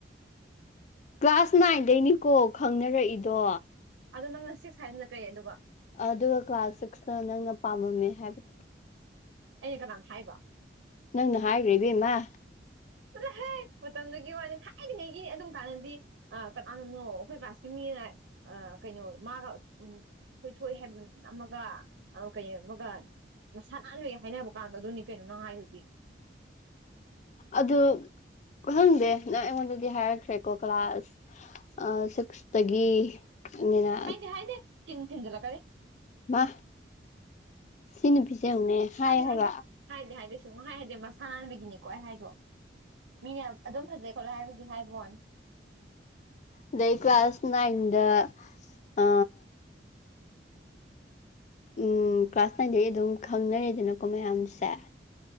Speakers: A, on the left (about 40°); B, on the right (about 80°).
A: ꯀ꯭ꯂꯥꯁ ꯅꯥꯏꯟꯗꯩꯅꯤꯀꯣ ꯈꯪꯅꯔꯛꯏꯗꯣ
B: ꯑꯗꯣ ꯅꯪꯅ ꯁꯤꯛꯁ ꯍꯥꯏꯗꯨꯅ ꯀꯩ ꯑꯗꯨꯒ
A: ꯑꯗꯨꯒ ꯀ꯭ꯂꯥꯁ ꯁꯤꯛꯁꯇ ꯅꯪꯅ ꯄꯥꯝꯃꯝꯃꯦ ꯍꯥꯏꯕꯗꯤ
B: ꯑꯩꯅ ꯀꯅꯥꯅ ꯍꯥꯏꯕ
A: ꯅꯪ ꯍꯥꯏꯒ꯭ꯔꯦ ꯢꯕꯦꯝꯃ
B: ꯆꯠꯂꯨꯍꯦ ꯃꯇꯝꯗꯨꯒꯤ ꯋꯥꯅꯤ ꯊꯥꯏꯔꯤꯉꯩꯒꯤ ꯑꯗꯨꯝ ꯀꯥꯟꯅꯗꯤ ꯑ ꯀꯅꯥꯅꯅꯣ ꯑꯩꯈꯣꯏ ꯀ꯭ꯂꯥꯁꯀꯤ ꯃꯤꯅ ꯑ ꯀꯩꯅꯣ ꯃꯥꯒ ꯎꯝ ꯊꯣꯏꯊꯣꯢ ꯍꯥꯏꯕ ꯑꯃꯒ ꯀꯩ ꯑꯃꯒ ꯃꯁꯥꯟ ꯅꯥꯟꯂꯌꯦ ꯍꯥꯏꯅꯕ ꯀꯥꯟꯗ ꯑꯗꯨꯅꯤ ꯀꯩꯅꯣ ꯅꯪ ꯍꯥꯏꯔꯨꯗꯤ
A: ꯑꯗꯨ ꯈꯪꯗꯦ ꯅꯪ ꯑꯩꯉꯣꯟꯗꯗꯤ ꯍꯥꯏꯔꯛꯈ꯭ꯔꯦꯀꯣ ꯀ꯭ꯂꯥꯁ ꯑꯥ ꯁꯤꯛꯁꯇꯒꯤꯅ
B: ꯍꯥꯏꯗꯦ ꯍꯥꯏꯗꯦ ꯀꯤꯟ ꯊꯤꯟꯖꯜꯂꯛꯀꯅꯤ
A: ꯃꯥ ꯁꯤ ꯅꯨꯄꯤꯁꯦ ꯌꯦꯡꯉꯨꯅꯦ
B: ꯏꯁ
A: ꯍꯥꯏ
B: ꯍꯥꯏꯗꯦ
A: ꯍꯥꯏꯕ
B: ꯍꯥꯏꯗꯦ ꯍꯥꯏꯗꯤ ꯍꯥꯏꯗꯤ ꯁꯨꯝ ꯍꯥꯏꯗꯦ ꯃꯁꯥꯟ ꯅꯥꯟꯕꯒꯤꯅꯤꯀꯣ ꯑꯩ ꯍꯥꯏꯗꯣ ꯃꯤꯅ ꯌꯥꯝ ꯑꯗꯨꯝ ꯐꯖꯩ ꯈꯣꯠꯂꯦ ꯍꯥꯏꯕꯒꯤ ꯍꯥꯏꯕꯣꯅꯦ
A: ꯑꯗꯩ ꯀ꯭ꯂꯥꯁꯥ ꯅꯏꯟꯗ ꯑ ꯎꯝ ꯀ꯭ꯂꯥꯁ ꯅꯥꯏꯟꯗꯩ ꯑꯗꯨꯝ ꯈꯪꯅꯔꯦꯗꯅꯀꯣ ꯃꯌꯥꯝꯁꯦ